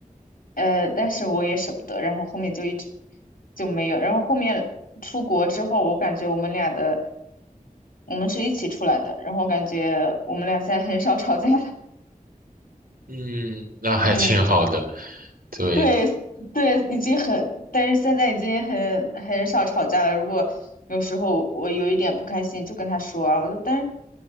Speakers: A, on the left (about 75°); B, on the right (about 80°).
A: 呃，但是我也舍不得，然后后面就一直就没有，然后后面出国之后，我感觉我们俩的，我们是一起出来的，然后我感觉我们俩现在很少吵架了，
B: 嗯，那还挺好的，
A: 嗯。
B: 对，
A: 对对，已经很，但是现在已经很很少吵架了。如果有时候我有一点不开心，就跟他说啊，我说，但是